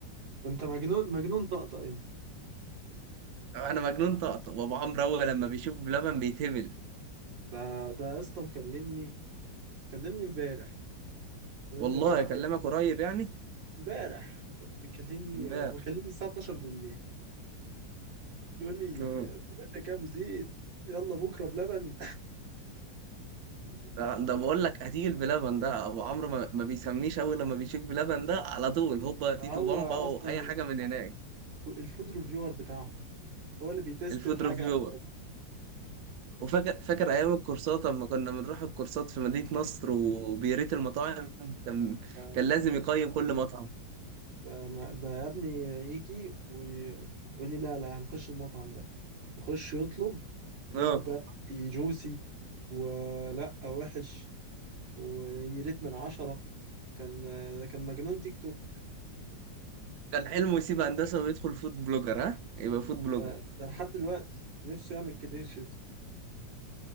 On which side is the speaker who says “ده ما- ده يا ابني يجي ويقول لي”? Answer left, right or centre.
Right